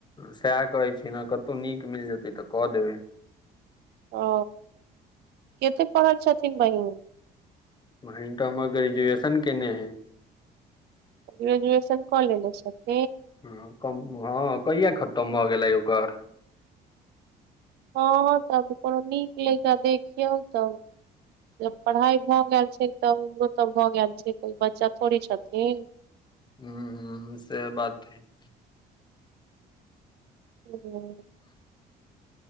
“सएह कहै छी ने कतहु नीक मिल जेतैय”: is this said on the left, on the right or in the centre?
Left